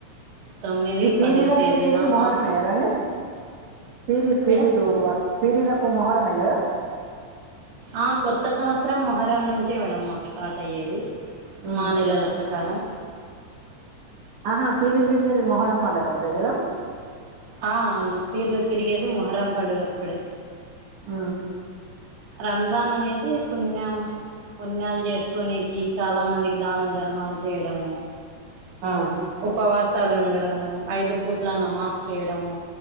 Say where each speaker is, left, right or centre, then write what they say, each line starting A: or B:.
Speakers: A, on the right; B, on the right.
A: తొమ్మిది
B: ఇది పీరీలాచ్చేది
A: పదో తేదీన
B: ఏంది మొహరమే
A: ఆ,
B: కదాండి పీరీలు
A: మేడం
B: పీరీలు పీరీలకు మొహరమే కదా
A: ఆ కొత్త సంవత్సరం మొహర్రం నుంచే మేడం మాకు స్టార్ట్ అయ్యేది
B: ఉమ్
A: మా నేలల ప్రకారం
B: ఆహా పీరలు తిరిగేది మొహరం పండగప్పుడే కదా
A: ఆ అవును పిర్లు తిరిగేది మొహరం పండుగప్పుడే
B: ఆ
A: రంజాన్ అనేది పుణ్యం పుణ్యాలు చేసుకోనేనికి చాలా మందికి దాన ధర్మాలు చేయడము
B: ఆ
A: ఉపవాసాలు ఉండడము ఐదు పూట్ ఇట్లా నమాజ్ చేయడము